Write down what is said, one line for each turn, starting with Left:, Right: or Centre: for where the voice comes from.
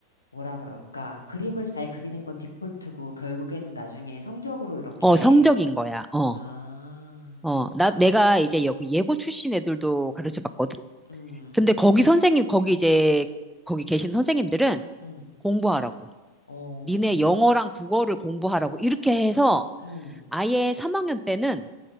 Left: 뭐라 그럴까? 그림을 잘 그리는 건 디폴트고 결국에는 나중에 성적으로 이렇게
Centre: 어, 성적인 거야. 어,
Left: 아.
Centre: 어, 나, 내가 이제 여기 예고 출신 애들도 가르쳐 봤거든?
Left: 음.
Centre: 근데 거기 선생님, 거기 이제, 거기 계신 선생님들은
Left: 음.
Centre: 공부하라고.
Left: 어.
Centre: 니네 영어랑 국어를 공부하라고. 이렇게 해서
Left: 음.
Centre: 아예 3학년 때는